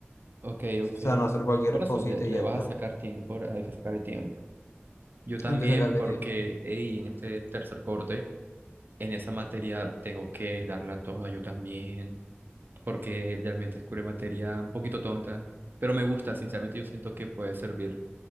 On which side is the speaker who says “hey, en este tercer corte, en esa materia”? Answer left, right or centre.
Right